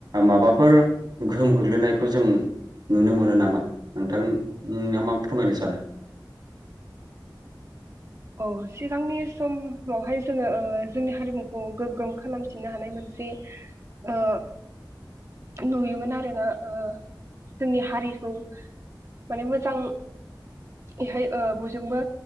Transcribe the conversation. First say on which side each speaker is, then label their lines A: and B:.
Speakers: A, on the right; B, on the right.
A: माबाफोर गोहोम गोग्लैनायखौ जों नुनो मोनो नामा नोंथां ना मा फोरमायनो सानो।
B: अ सिगांनि समावहाय जोङो ओ जोंनि हारिमुखौ गोग्गोम खालामफिननो हानाय मोनसे ओ नुयोमोन आरोना ओ जोंनि हारिखौ माने मोजां बेहाय बयजोंबो